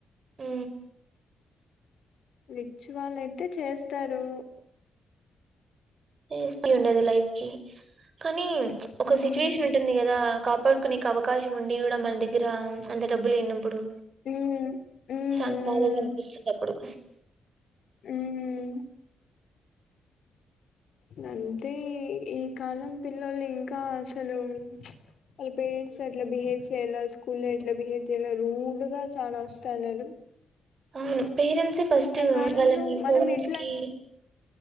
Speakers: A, on the right (about 55°); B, on the left (about 70°).
A: ఆ
B: రిచ్ వాళ్ళ అయితే చేస్తారు
A: ఏస్ ఉండది లైఫ్కి కానీ ఒక
B: మ్మ్.
A: సిచ్యువేషన్ ఉంటుంది కదా కాపాడు కొనికు అవకాశం ఉండి కూడా మన దగ్గర అంత డబ్బులు లేనప్పుడు
B: మ్మ్. మ్మ్.
A: చాల బాలెద్ కనిపిస్తద అప్పుడు
B: ఊమ్ గ అంతే ఈ కాలం పిల్లలు ఇంకా అసలు వాళ్ళ పేరెంట్స్ ఎట్లా బిహేవ్ చేయాల, స్కూల్లో ఎట్లా బిహేవ్ చేయాల, రూడ్గా చాలా వస్తాన్నారు.
A: అవును పేరెంట్సే ఫస్ట్
B: కాలంలో
A: వాళ్ళని ఫోన్స్
B: మనం ఎట్లా
A: కి
B: అంటే